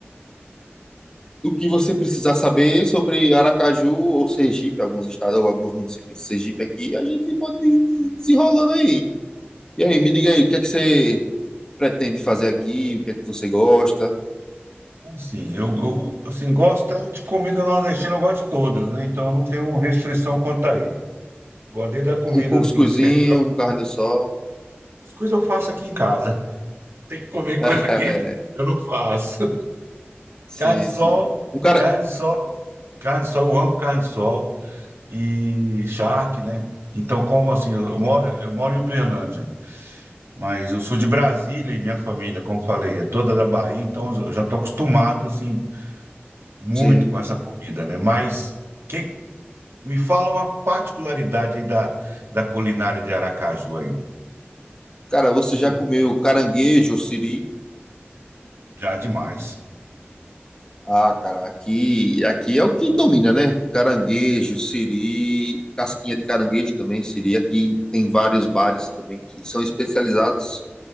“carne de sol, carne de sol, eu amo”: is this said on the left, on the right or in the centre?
Right